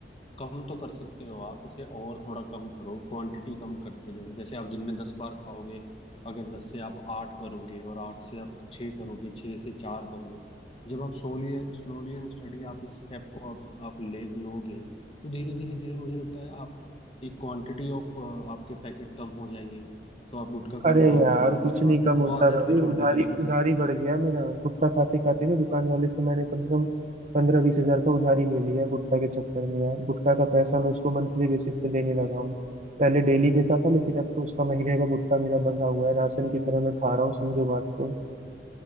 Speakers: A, on the left (about 35°); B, on the right (about 40°).
A: कम तो कर सकते हो आप इसे और थोड़ा कम करो क्वांटिटी कम करते जाओ जैसे आप दिन में दस बार खाओगे अगर दस से आप आठ करोगे और आठ से आप छः करोगे छः से चार करोगे जब आप सोली स्लोली एंड स्टडी आप इस स्टेप को आप, आप ले लोगे तो धीरे धीरे धीरे मुझे लगता है आप एक क्वांटिटी ऑफ आपके पैकेट कम हो जाएंगे तो आप गुटखा कम
B: अरे
A: खाओगे
B: यार
A: और उसके
B: कुछ
A: बाद
B: नहीं कम
A: वो
B: होता
A: आदत
B: भाई
A: भी छोड़ती
B: उधारी
A: चली जाएगी
B: उधारी बढ़ गया मेरा गुटखा खाते खाते ना दुकान वाले से मैंने कम से कम पंद्रह बीस हजार का उधारी ले लिया गुटखा के चक्कर में यार गुटखा का पैसा मैं उसको मंथली बेसिस पे देने लगा हूँ पहले डेली देता था लेकिन अब तो उसका महीने का गुटखा मेरा बंधा हुआ है राशन की तरह मैं खा रहा हूँ समझो बात को